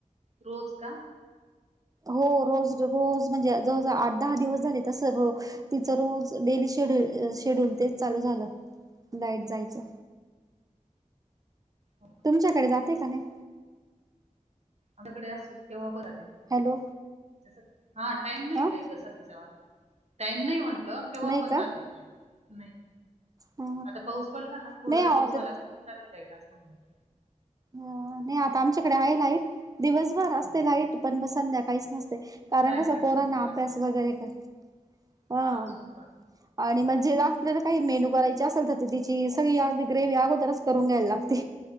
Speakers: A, on the right; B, on the right.
A: रोज का?
B: हो रोज रोज म्हणजे जवळजवळ आठ दहा दिवस झाले तस तिचं रोज डेली शेड्यूल शेड्यूल तेच चालू झालं लाईट जायचं
A: हो का?
B: तुमच्याकडे जाते का नाही?
A: आमच्याकडे असय केव्हा पन जाते
B: हॅलो
A: कसं? हा टाइम नाही
B: अ
A: काही तस तिच्यावाला, टाईम नाही म्हंटलं केव्हा
B: नाही
A: पण
B: का
A: जाते ती लाईट, नाही
B: ह
A: आता पाऊस पडला ना थोडासा
B: नाही आहो
A: पाऊस
B: आता
A: आला तर चाली लाईट असं होऊन जातं
B: अ नाही आता आमच्याकडे आहे लाईट दिवसभर असते
A: हं,
B: लाईट, पण म संध्याकाळीच नसते. कारण
A: सायंकाळी
B: कसं?
A: स्वयंपाकाच्या
B: पोरांना अभ्यास
A: टायमिंगला.
B: वगैरे कर ह
A: हां, स्वयंपाक.
B: आणि म्हणजे आपल्याला काही मेन्यू करायची असेल तर ते तिची सगळी ग्रेव्ही अगोदरच करून घ्यायला लागते.